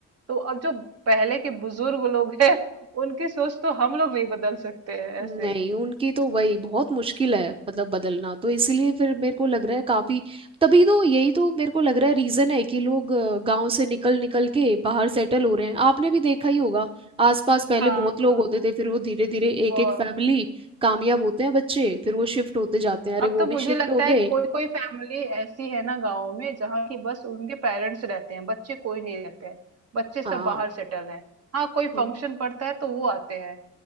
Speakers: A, on the right; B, on the right.
A: तो अब जो पहले के बुजुर्ग लोग हैं उनकी सोच तो हम लोग नहीं बदल सकते हैं
B: नहीं
A: ऐसे
B: उनकी तो वही बहुत मुश्किल है मतलब बदलना तो इसीलिए फिर मेरे को लग रहा है काफी तभी तो यही तो मेरे को लग रहा है रीजन है कि लोग अ, गांव से निकल निकल के बाहर सेटल हो रहे हैं आपने भी देखा ही होगा आसपास पहले
A: हाँ
B: बहुत लोग
A: हाँ
B: होते
A: हाँ
B: थे फिर वो धीरे धीरे
A: बहुत
B: एक एक फैमिली कामयाब होते हैं बच्चे फिर वो शिफ्ट होते जाते हैं अरे
A: अब तो
B: वो
A: मुझे
B: भी शिफ्ट
A: लगता
B: हो गए
A: है कोई कोई फैमिली ऐसी है ना गाँव में जहाँ की बस उनके पेरेंट्स रहते हैं बच्चे कोई नहीं रहते हैं बच्चे सब
B: हाँ
A: बाहर सेटल हैं हाँ कोई
B: हाँ
A: फंक्शन पड़ता है तो वो आते हैं